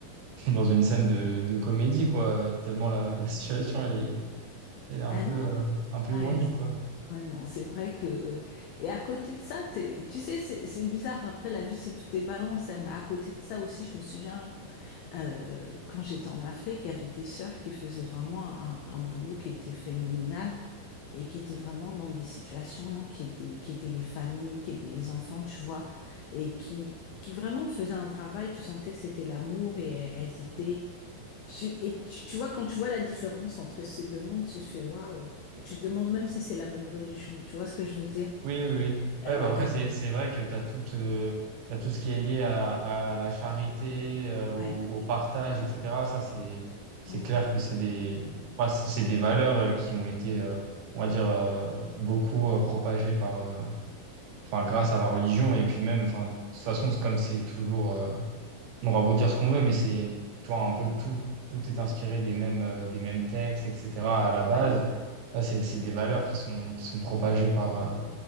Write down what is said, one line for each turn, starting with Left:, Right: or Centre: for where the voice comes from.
Right: <laughs> dans une scène de, de comédie, quoi, tellement la, la situation, elle est, elle est un
Left: Ah
Right: peu,
Left: non,
Right: euh, un peu
Left: ouais,
Right: ironique, quoi.
Left: ouais, non, c'est vrai que... Et à côté de ça, t'es- tu sais, c'est c'est bizarre, après la vie, c'est tout est balance, hein, mais à côté de ça aussi, je me souviens, euh, quand j'étais en Afrique, il y avait des sœurs qui faisaient vraiment un, un boulot qui était phénoménal. et qui étaient vraiment dans des situations qui étaient, qui étaient les familles, qui étaient les enfants, tu vois, et qui, qui vraiment faisaient un travail, tu sentais que c'était l'amour et elles étaient... Tu, et tu, tu vois, quand tu vois la différence entre ces deux mondes, tu fais waouh. Tu te demandes même si c'est la même religion, tu vois ce que je veux dire?
Right: Oui, oui, oui. Ouais,
Left: Ah Ouais,
Right: bah après,
Left: t'as
Right: c'est,
Left: des-
Right: c'est vrai que tu as tout, euh, t'as tout ce qui est lié à, à la charité, euh, au,
Left: ouais.
Right: au partage, etc. Ça, c'est, c'est
Left: Mm,
Right: clair que c'est des, enfin, c'est c'est des valeurs euh, qui ont été, euh, on va dire, euh, beaucoup euh, propagées par, euh, enfin, grâce à la religion. Et puis même, enfin, de toute façon, c'est comme c'est toujours, euh, on aura beau dire ce qu'on veut, mais c'est, tu vois, un peu tout, tout est inspiré des mêmes, euh, des mêmes textes, etc. à la base.
Left: ouais.
Right: Là, c'est, c'est des valeurs qui sont, qui sont propagées par, euh,